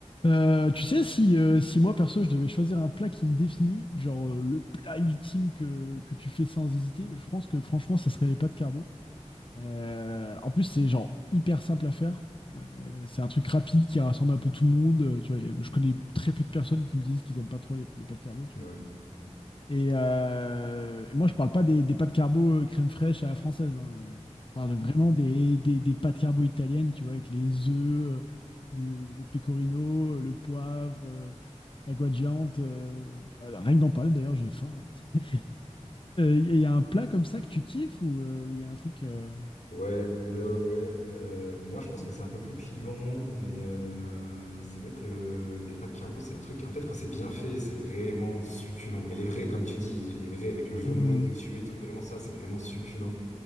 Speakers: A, on the left; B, on the left.
A: Euh, tu sais, si, euh, si moi perso je devais choisir un plat qui me définit, genre euh, le plat ultime que, que tu fais sans hésiter, je pense que franchement ça serait les pâtes carbo. Euh, en plus c'est genre hyper simple à faire. Euh, c'est un truc rapide qui rassemble un peu tout le monde. Euh, tu vois, y a- je connais très peu de personnes qui me disent qu'ils aiment pas trop les, les pâtes carbo,
B: Ouais,
A: et, euh, moi, je parle pas des, des pâtes carbo euh, crème fraîche à la française. hein. Je parle vraiment des, des, des pâtes carbo italiennes, tu vois, avec les œufs, euh, le, le pecorino, euh, le poivre, euh, la guanciale. euh, bah, rien que d'en parler, d'ailleurs, j'ai faim. là. <laughs> Il y a un plat comme ça que tu kiffes ou euh, ou il y a un truc. euh,
B: ouais, ouais, ouais. ouais. Euh, moi, je pense que c'est un peu plus clivant, mais euh, c'est vrai que le- les pâtes carbo, c'est un truc. En fait, quand c'est bien fait, c'est vraiment succulent. Mais les vrais, comme tu dis, les vrais avec le jaune
A: hmm,
B: d'œuf dessus et tout, vraiment ça, c'est vraiment succulent.